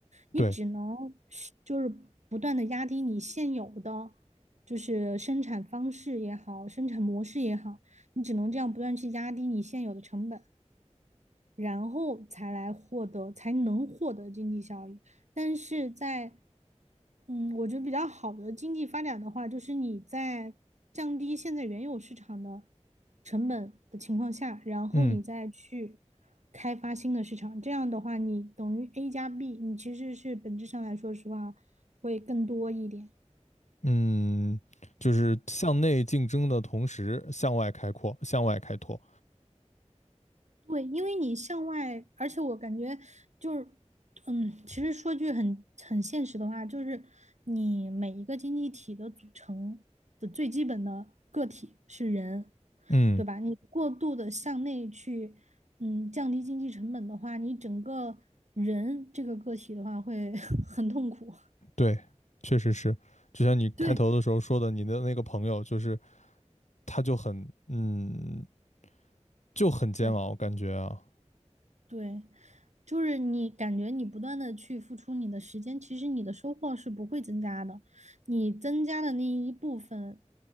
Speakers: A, on the right; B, on the left.
A: 你只能是就是不断的压低你现有的
B: 对，
A: 就是生产方式也好，生产模式也好，你只能这样不断去压低你现有的成本，然后才来获得，才能获得经济效益。但是在嗯，我觉得比较好的经济发展的话，就是你在降低现在原有市场的成本的情况下，然后你再去
B: 嗯。
A: 开发新的市场。这样的话，你等于 A 加 B，你其实是本质上来说实话会更多一点。
B: 嗯，就是向内竞争的同时向外开阔，向外开拓。
A: 对，因为你向外，而且我感觉就是，嗯，其实说句很很现实的话，就是你每一个经济体的组成的最基本的个体是人，
B: 嗯，
A: 对吧？你过度的向内去，嗯，降低经济成本的话，你整个人这个个体的话会 <laughs> 很痛苦。
B: 对，确实是。就像你开头的时候说的，
A: <laughs> 对，
B: 你的那个朋友，就是他就很，嗯，就很煎熬，
A: 对，
B: 感觉啊，
A: 对，就是你感觉你不断的去付出你的时间，其实你的收获是不会增加的，你增加的那一部分